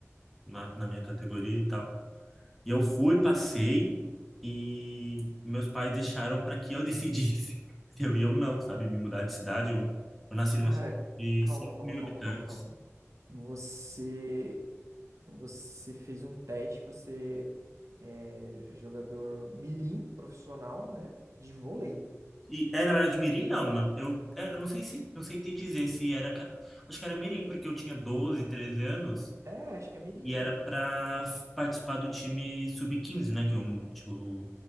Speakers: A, in the centre; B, on the right.
A: na, na minha categoria e tal. E eu fui, passei, e meus pais deixaram para que eu decidisse <laughs> se eu ia ou não, sabe, me mudar de cidade. Eu, eu nasci numa
B: Cara,
A: cidade de
B: calma,
A: cinco
B: calma,
A: mil
B: calma,
A: habitantes.
B: calma, calma. Você Você fez um teste para ser é, jogador mirim profissional, né? De vôlei.
A: E, é, na verdade, Mirim não, né? Eu, é, eu não sei se, não sei te dizer se era, ca- acho que era Mirim, porque eu tinha 12 13 anos,
B: É, acho que é mirim.
A: E era para participar do time sub quinze né? Que é um- o,